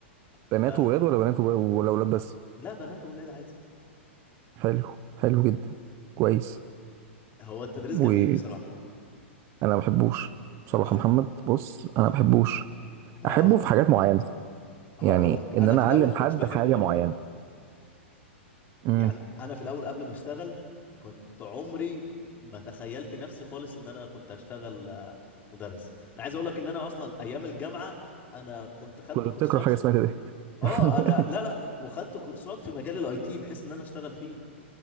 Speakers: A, on the left; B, on the right.
A: ف
B: بنات وولاد ولا بنات وولاد- ولا ولاد بس
A: لا بنات وولاد عادي
B: حلو حلو جدا كويس
A: هو التدريس
B: وانا
A: جميل بصراحه
B: ما بحبوش بصراحه
A: اه
B: محمد بص انا
A: آه،
B: ما بحبوش
A: ما
B: احبه في حاجات معينه
A: هقول
B: يعني
A: لك
B: ان
A: انا
B: انا
A: في
B: اعلم
A: الاول ما
B: حد
A: كنتش بحبه
B: في حاجه
A: برضه
B: معينه امم
A: يعني انا في الاول قبل ما اشتغل كنت عمري ما تخيلت نفسي خالص ان انا كنت هشتغل آه، مدرس انا عايز اقول لك ان انا اصلا ايام الجامعه انا كنت خدت
B: كنت
A: كورسات
B: بتقرا حاجه
A: في...
B: اسمها كده
A: اه
B: <laughs>
A: انا لا لا وخدت كورسات في مجال الاي تي بحيث ان انا اشتغل فيه